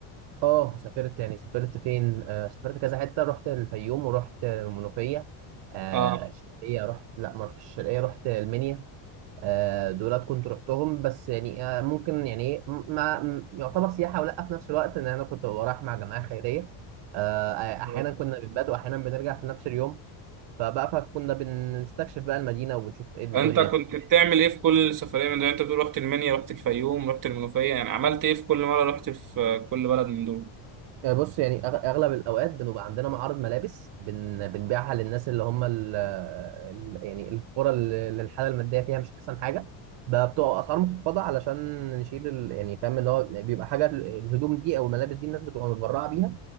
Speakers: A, on the right; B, on the right.
A: اه سافرت يعني سافرت فين آه سافرت كذا حته رحت الفيوم ورحت المنوفيه آه
B: اه
A: الشرقيه رحت لا ما رحتش الشرقيه رحت المنيا آه دولت كنت رحتهم بس يعني آه ممكن يعني إيه، م- ما م- يعتبر سياحه ولا في نفس الوقت ان انا كنت رايح مع جماعه خيريه آه احيانا
B: اه.
A: كنا بنبات واحيانا بنرجع في نفس اليوم فبقى فكنا بنستكشف بقى المدينه وبنشوف ايه الدنيا
B: انت كنت بتعمل ايه في كل سفريه من دول انت بتقول رحت المنيا رحت الفيوم رحت المنوفيه يعني عملت ايه في كل مره رحت في كل بلد من دول
A: يعني بص يعني أغ- اغلب الاوقات بنبقى عندنا معارض ملابس بن... بنبيعها للناس اللي هم ال... ال... يعني القرى اللي اللي الحاله الماديه فيها مش احسن حاجه بقى بتبقى اسعار مخفضه علشان نشيل ال... يعني فاهم اللي هو بيبقى حاجه الهدوم دي او الملابس دي الناس بتبقى متبرعه بيها